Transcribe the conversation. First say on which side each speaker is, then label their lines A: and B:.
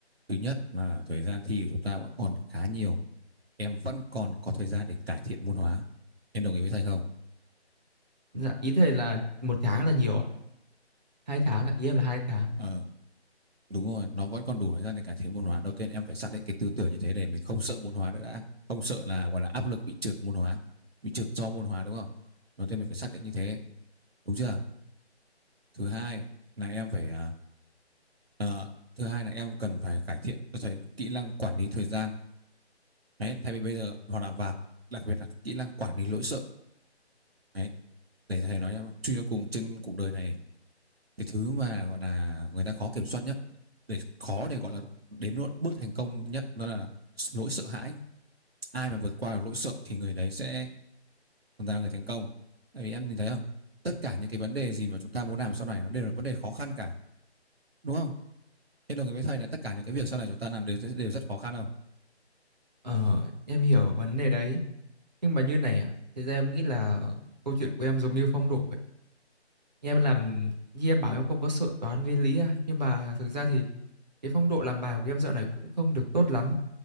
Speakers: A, on the right; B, on the right.
A: thứ nhất là thời gian thi của chúng ta vẫn còn khá nhiều em vẫn còn có thời gian để cải thiện môn hóa em đồng ý với thầy không
B: Dạ, ý thầy là một tháng là nhiều ạ. Hai tháng ạ, ý em là hai tháng.
A: Ờ Đúng rồi, nó vẫn còn đủ thời gian để cải thiện môn hóa. Đầu tiên em phải xác định cái tư tưởng như thế để mình không sợ môn hóa nữa đã. Không sợ là gọi là áp lực bị trượt môn hóa, bị trượt do môn hóa đúng không? Đầu tiên mình phải xác định như thế, đúng chưa? Thứ hai là em phải à, ờ, thứ hai là em cần phải cải thiện tôi thấy kỹ năng quản lý thời gian. Đấy, thay vì bây giờ hoặc là và đặc biệt là cái kỹ năng quản lý nỗi sợ. Đấy, để thầy nói em truy cho cùng trên cuộc đời này cái thứ mà gọi là người ta khó kiểm soát nhất để khó để gọi là đến bước thành công nhất đó là nỗi sợ hãi ai mà vượt qua được nỗi sợ thì người đấy sẽ chúng ta là người thành công tại vì em nhìn thấy không tất cả những cái vấn đề gì mà chúng ta muốn làm sau này nó đều là vấn đề khó khăn cả đúng không thế đồng ý với thầy là tất cả những cái việc sau này chúng ta làm đều đều rất khó khăn không
B: Ờ, em hiểu vấn đề đấy. Nhưng mà như này ạ, thực ra em nghĩ là câu chuyện của em giống như phong độ vậy. Em làm, như em bảo em không có sợ toán với lý à. Nhưng mà thực ra thì cái phong độ làm bài của em dạo này cũng không được tốt lắm.